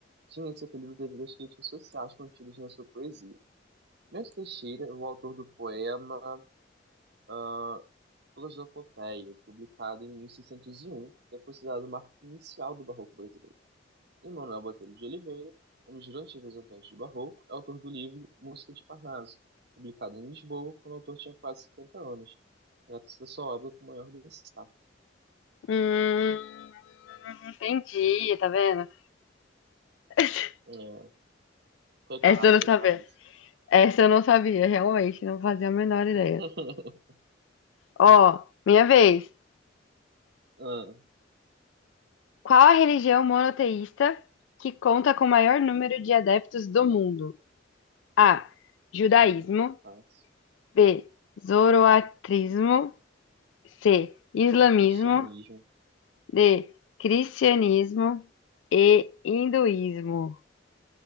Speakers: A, on the right; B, on the left.
A: Tinha esse apelido devido às críticas sociais contidas na sua poesia. Bento Teixeira, o autor do poema ah, Prosopopeia, publicado em 1601, é considerado o marco inicial do Barroco brasileiro. E Manuel Botelho de Oliveira, um dos grandes representantes do Barroco, é autor do livro Música de Parnaso, publicado em Lisboa quando o autor tinha quase 70 anos. Trata-se da sua obra com maior destaque.
B: Hum, entendi, tá vendo? <laughs>
A: É, foi quase,
B: Essa eu não
A: foi
B: sabia.
A: quase.
B: Essa eu não sabia, realmente, não fazia a menor
A: <laughs>
B: ideia. Ó, minha vez.
A: ah,
B: Qual a religião monoteísta que conta com o maior número de adeptos do mundo? A. Judaísmo.
A: é, isso é fácil.
B: B. Zoroatrismo. C. Islamismo.
A: É cristianismo,
B: D. Cristianismo. E. Hinduísmo.